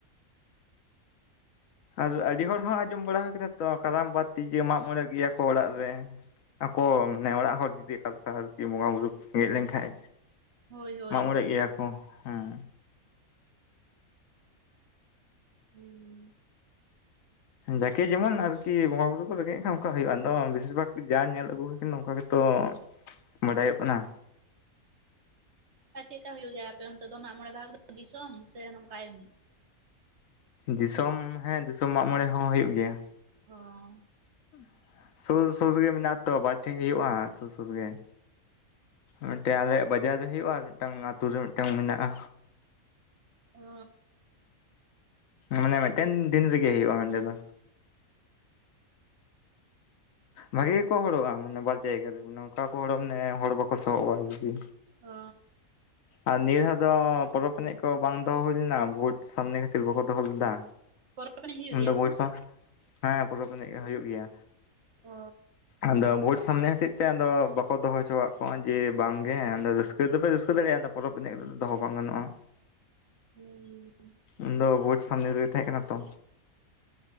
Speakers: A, on the left; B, on the right.
A: ᱟᱨ ᱟᱹᱰᱤ ᱦᱚᱲ ᱦᱚᱸ ᱟᱸᱡᱚᱢ ᱵᱟᱲᱟ ᱦᱩᱭ ᱟᱠᱟᱱᱟ ᱛᱚ ᱠᱟᱨᱟᱢ ᱵᱟᱫ ᱛᱤ ᱡᱮ ᱢᱟᱜᱽ ᱢᱚᱬᱮᱜ ᱜᱮᱭᱟ ᱠᱚ ᱚᱲᱟᱜ ᱨᱮ᱾ ᱟᱠᱚ ᱢᱟᱱᱮ ᱚᱲᱟᱜ ᱦᱚᱲ ᱡᱩᱫᱤ ᱚᱠᱟ ᱞᱮᱠᱟ ᱟᱨᱠᱤ ᱵᱚᱸᱜᱟ ᱵᱩᱨᱩ ᱠᱚ ᱦᱮᱡ ᱞᱮᱱ ᱠᱷᱟᱱ᱾
B: ᱦᱳᱭ ᱦᱳᱭ
A: ᱢᱟᱜᱽ ᱢᱚᱬᱮᱜ
B: ᱦᱳᱭ
A: ᱜᱮᱭᱟ ᱠᱚ ᱦᱩᱸ᱾
B: ᱦᱩᱸ᱾
A: ᱡᱟᱠᱮ ᱡᱮᱢᱚᱱ ᱟᱨ ᱠᱤ ᱵᱚᱸᱜᱟ ᱵᱩᱨᱩ ᱠᱚ ᱨᱮᱜᱮᱸᱡ ᱠᱷᱟᱱ ᱚᱱᱠᱟ ᱦᱩᱭᱩᱜᱼᱟ ᱟᱫᱚ ᱵᱤᱥᱤᱨ ᱵᱷᱟᱜᱽ ᱡᱟ ᱧᱮᱞ ᱟᱹᱜᱩ ᱦᱩᱭ ᱠᱟᱱᱟ ᱚᱱᱠᱟ ᱜᱮᱛᱚ᱾ ᱵᱟᱰᱟᱭᱚᱜ ᱠᱟᱱᱟ᱾
B: ᱟᱨ ᱪᱮᱠᱠᱟ ᱦᱩᱭᱩᱜ ᱜᱮᱭᱟ ᱟᱯᱮ ᱚᱱᱛᱮ ᱫᱚ ᱢᱟᱜᱽ ᱢᱚᱬᱮ ᱵᱟᱦᱟ ᱫᱤᱥᱚᱢ ᱥᱮ ᱱᱚᱝᱠᱟ ᱮᱢᱱᱤ?
A: ᱫᱤᱥᱚᱢ ᱦᱮᱸ ᱫᱤᱥᱚᱢ ᱢᱟᱜᱽ ᱢᱚᱬᱮ ᱦᱚᱸ ᱦᱩᱭᱩᱜ ᱜᱮᱭᱟ᱾
B: ᱦᱚᱸ᱾
A: <inaudible> ᱥᱩᱨᱼᱥᱩᱨ ᱜᱮ ᱢᱮᱱᱟᱜ-ᱟ ᱛᱚ ᱵᱟᱨ ᱴᱷᱮᱡ ᱜᱮ ᱦᱩᱭᱩᱜᱼᱟ ᱥᱩᱨᱼᱥᱩᱨ ᱜᱮ᱾ ᱢᱤᱫᱴᱟᱝ ᱟᱞᱮᱭᱟᱜ ᱵᱟᱡᱟᱨ ᱨᱮ ᱦᱩᱭᱩᱜᱼᱟ, ᱟᱨ ᱢᱤᱫᱴᱟᱝ ᱟᱛᱩ ᱨᱮ ᱢᱤᱫᱴᱟᱝ ᱢᱮᱱᱟᱜᱼᱟ᱾
B: ᱚᱻ
A: ᱢᱟᱱᱮ ᱢᱤᱫᱴᱮᱱ ᱫᱤᱱ ᱨᱮᱜᱮ ᱦᱩᱭᱩᱜᱼᱟ ᱚᱸᱰᱮ ᱫᱚ᱾ ᱵᱷᱟᱜᱮ ᱜᱮᱠᱚ ᱦᱚᱲᱚᱜᱼᱟ ᱢᱟᱱᱮ ᱵᱟᱨ ᱡᱟᱭᱜᱟ ᱨᱮᱜᱮ ᱱᱟᱝᱠᱟ ᱠᱚ ᱦᱚᱲᱚᱜᱼᱟ ᱢᱟᱱᱮ ᱦᱚᱲ ᱵᱟᱠᱚ ᱥᱚᱦᱚᱵᱼᱟ ᱟᱨᱠᱤ᱾
B: ᱚ
A: ᱟᱨ ᱱᱤᱭᱟᱹ ᱫᱷᱟᱣ ᱫᱚ ᱯᱚᱨᱚᱵᱽ ᱮᱱᱮᱡ ᱠᱚ ᱵᱟᱝ ᱫᱚᱦᱚ ᱦᱩᱭ ᱞᱮᱱᱟ ᱵᱷᱳᱴ ᱥᱟᱢᱱᱮ ᱠᱷᱟᱹᱛᱤᱨ ᱵᱟᱠᱚ ᱫᱚᱦᱚ ᱞᱮᱫᱟ᱾
B: ᱯᱚᱨᱚᱵᱽ ᱮᱱᱮᱡ ᱦᱩᱭᱩᱜ
A: ᱩᱱᱫᱚ
B: ᱜᱮᱭᱟ
A: ᱵᱷᱳᱴ
B: ᱥᱮ
A: ᱥᱟ, ᱦᱮᱸ ᱯᱚᱨᱚᱵᱽ ᱮᱱᱮᱡ ᱦᱩᱭᱩᱜ ᱜᱮᱭᱟ᱾
B: ᱚᱻ
A: ᱟᱫᱚ ᱵᱷᱳᱴ ᱥᱟᱢᱱᱮ ᱦᱚᱛᱮᱡ ᱛᱮ ᱟᱫᱚ ᱵᱟᱠᱚ ᱫᱚᱦᱚ ᱦᱚᱪᱚᱣᱟᱜ ᱠᱚᱣᱟ ᱡᱮ ᱵᱟᱝᱜᱮ ᱟᱫᱚ ᱨᱟᱹᱥᱠᱟᱹ ᱫᱚᱯᱮ ᱨᱟᱹᱥᱠᱟᱹ ᱫᱟᱲᱮᱭᱟᱜᱼᱟ, ᱟᱫᱚ ᱯᱚᱨᱚᱵᱽ ᱮᱱᱮᱡ ᱫᱚᱦᱚ ᱵᱟᱝ ᱜᱟᱱᱚᱜᱼᱟ᱾
B: ᱦᱩᱸᱻ
A: ᱩᱱᱫᱚ ᱵᱷᱳᱴ ᱥᱟᱢᱱᱮ ᱨᱮᱜᱮ ᱛᱟᱦᱮᱸᱜ ᱠᱟᱱᱟ ᱛᱚ᱾